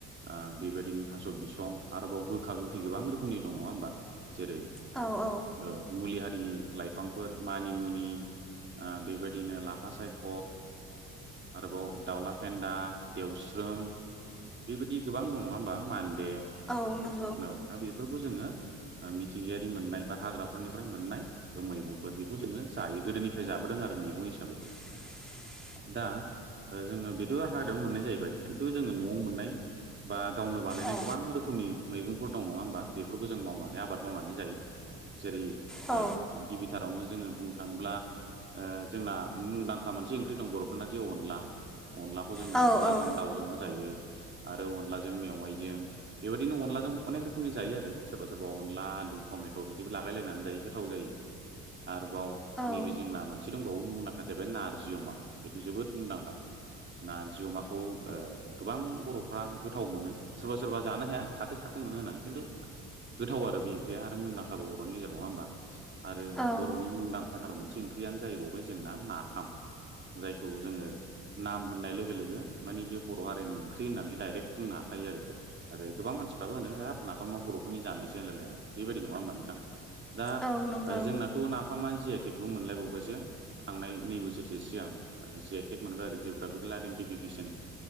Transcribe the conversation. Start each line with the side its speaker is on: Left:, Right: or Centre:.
Right: ओ बेबायदिनो थास' बिसं आरोबाव गोखा गोखा खै गोबां रोखोमनि दं नङा होमबा जेरै
Centre: औ औ
Right: ओ मुलि हारिनि लाइफांफोर मानि मुनि ओ बेबायदिनो लाफा सायख' आरोबाव दाउला फेन्दा देवस्रोम बेबायदि गोबां दं नङा होमबा मानदे
Centre: औ नों
Right: औ दा बेफोरखौ जोङो मिथिंगायारि मोननाय बा हाग्राफोरनिफ्राय मोननाय मैगंफोर बेखौ जोङो जायो गोदोनिफ्राय जाबोदों आरो मैगं हिसाबै
Centre: <inaudible>
Right: दा जोङो बेथ' हाग्रायाव मोननाय जाहैबाय खिन्थु जोङो न'आव मोननाय बा गावनो बानायनाय
Centre: औ
Right: गोबां रोखोमनि मैगंफोर दं नङा होमबा बेफोरखौ जों मावनानै आबाद मावनानै जायो जेरै
Centre: औ
Right: गिबि थारावनो जोङो बुंनो थाङोब्ला जोंना मुंदांखा मोनसे ओंख्रि दं बर'फोरना जे अनला अनलाखौ जोङो
Centre: औ
Right: अनलाजों दाउजोंबो जायो आरो अनलाजों मेवाइजों बेबायदिनो अनला जों अनेक रोखोमनि जायो आरो सोरबा सोरबा अनला आलु टमेट' बिदिबो लागायलायनानै जायो गोथाव जायो आरोबाव
Centre: औ
Right: नैबे जों ना मोनो मोनसे दंबावो मुंदांखा जाबाय नारजि अमा बेथ' जोबोद मुंदांखा नारजि अमाखौ गोबां बर'फ्रा गोथाव मोनो सोरबा सोरबा जानो हाया खाथो खाथो मोनो होननानै खिन्थु गोथाव आरो बे ओंख्रिया आरो मुंदांखाबो बर'नि गेजेराव नङा होमबा आरो
Centre: औ
Right: बर'नि मुंदांखाथार मोनसे ओंख्रियानो जाहैबावबाय जोंना नाफाम जायखौ जोङो नाम होननाय लोगो लोगो माने बे बर' हारिनि ओंख्रि होननानै डाइरेक्ट बुंनो हाखायो आरो आरो गोबां मानसिफ्राबो होनो हाफ नाफामा बर'फोरनि जानायसो होनलायलायनाय बेबायदि नङा होनोबा नोंथां दा
Centre: औ नंगौ
Right: जोंनाथ' नाफामा जि आइ टेकबो मोनलायबावबायसो थांनाय नै बोसोरसो सिगां जिआइटेक मोनबाय आरो जिअग्राफिकेल आइडेन्टिफिकेसन